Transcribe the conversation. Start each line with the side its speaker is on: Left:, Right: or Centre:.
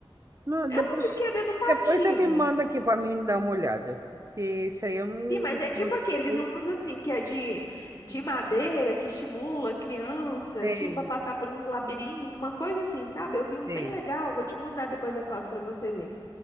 Right: não,
Left: É
Right: depois,
Left: uns brinquedos educativos.
Right: depois você me manda aqui para mim dar uma olhada, porque isso aí eu não,
Left: Sim, Mas é tipo
Right: não
Left: aqueles
Right: sei,
Left: uns assim que é de, de madeira que estimula a criança,
Right: sei.
Left: tipo, a passar por uns labirintos, uma coisa assim, sabe? Eu vi um
Right: sei.
Left: bem legal, vou te mandar depois a foto para você ver.